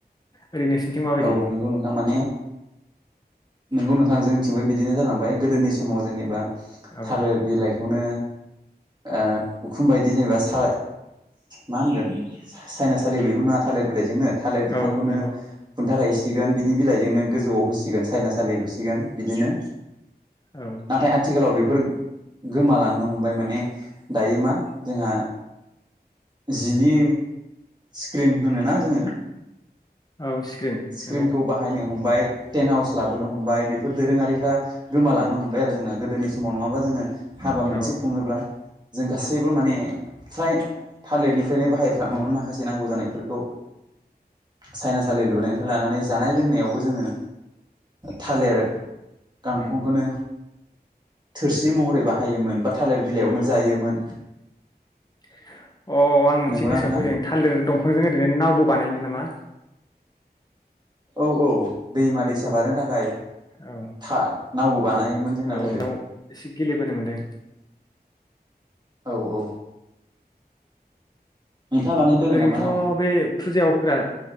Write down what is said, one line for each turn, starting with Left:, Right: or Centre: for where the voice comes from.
Left: ओरै नोंसिनिथिं माबायदि
Right: औ नोंगौ नोंथां माने नोंगौ नोंथां जोंनिथिंबो बिदिनो जालांबाय गोदोनि समाव जेनेबा
Left: औ
Right: थालिर बिलाइखौनो ओ उखुम बायदि जेनेबा सा मा होनगोन सायनासाालि बेबो नङा थालिर बिलाइजोंनो थालिर बिफांखौनो
Left: औ नंगौ
Right: थाखायसिगोन बिनि बिलाइजोंनो गोजौआव होसिगोन सायनासालि लुसिगोन बिदिनो
Left: औ
Right: नाथाय आथिखालाव बे बेफोर गोमालांनो हमबाय माने दायो मा जोंहा जिनि स्क्रिन होनोना जोङो
Left: औ स्क्रिन नंगौ
Right: स्क्रिनखौ बाहायनो हमबाय टेन्ट हाउस लाबोनो हमबाय बेफोर दोरोङारिफ्रा गोमालांनो हमबाय आरो जोंना गोदोनि समाव नङाबा जोङो हाबा मोनसे
Left: औ
Right: खुङोब्ला जों गासैबो माने फ्राय थालेटनिफ्रायनो बाहायफ्रामोमोन माखासे नांगौ जानायफोरखौ साइनासालि लुनो माने जानाय लोंनायावबो जोङो थालेर गांखंखौनो
Left: उम
Right: थोरसि महरै बाहायोमोन बा थालिर बिलाइयावनो जायोमोन
Left: <inaudible> अ आं मोनसे
Right: नंगौना
Left: गोसोआव
Right: नोंथां
Left: फैदों थालिर दंफांजों ओरैनो नावबो बानायोमोन नामा
Right: औ औ दैमा दैसा बारनो थाखाय
Left: औ
Right: था नावबो बानायोमोन जोंना
Left: औ
Right: गोदो
Left: बाव एसे गेलेबोनो मोनदों
Right: औ औ नोंथाङा बानायनो रोङो
Left: ओरैनोथ'
Right: नामा नाव
Left: बे फुजायाव होग्रा